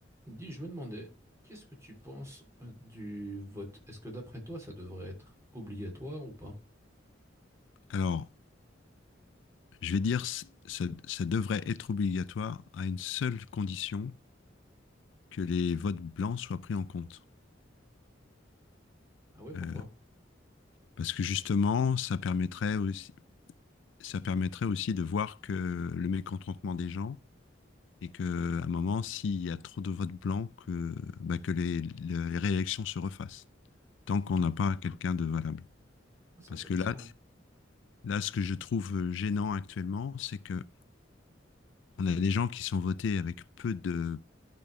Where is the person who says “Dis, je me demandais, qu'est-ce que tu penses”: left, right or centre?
Right